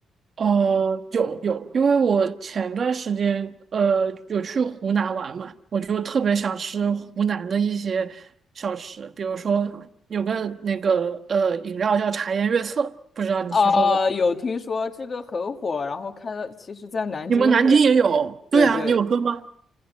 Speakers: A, on the right; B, on the left.
A: 哦，有有，因为我前段时间呃有去湖南玩嘛，我就特别想吃湖南的一些小吃，比如说有个那个呃饮料叫茶颜悦色，不知道你听说过？
B: 啊，有听说这个很火，然后看到其实在南京也，
A: 你们南京也有？
B: 对对，
A: 对啊，你有喝吗？